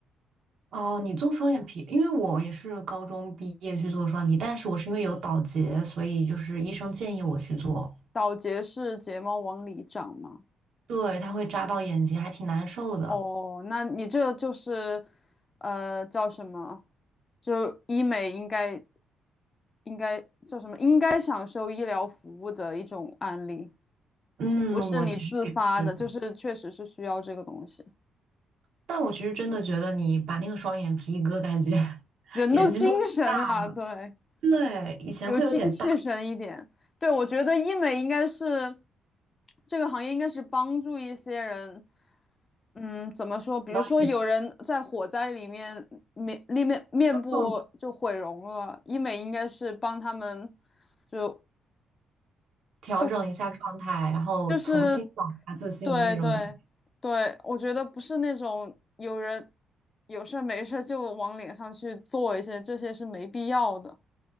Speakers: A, on the right; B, on the left.
A: 哦，你做双眼皮，因为我也是高中毕业去做双眼皮，但是我是因为有倒睫，所以就是医生建议我去做，
B: 倒睫是睫毛往里长吗？
A: 对，它会扎到眼睛，还挺难受的。
B: 哦，那你这就是呃叫什么？就医美应该应该叫什么？应该享受医疗服务的一种案例。
A: 嗯，
B: 就不是你自发的，
A: 我其实也是，
B: 就是确实是需要这个东西。
A: 但我其实真的觉得你把那个双眼皮一割，感觉 <laughs>
B: 人都精神了，
A: 眼睛都大，
B: 对，
A: 对，以前会有点大，
B: 有精气神一点。对，我觉得医美应该是这个行业，应该是帮助一些人。嗯，怎么说？比如说有人在火灾里面面面面部就毁容了，
A: 然后也调整
B: 医美应该是帮他们就
A: 调整一下状态，
B: 就
A: 然后重新找回自信的那种感觉。
B: 就是对对对，我觉得不是那种有人有事儿没事儿就往脸上去做一些，这些是没必要的。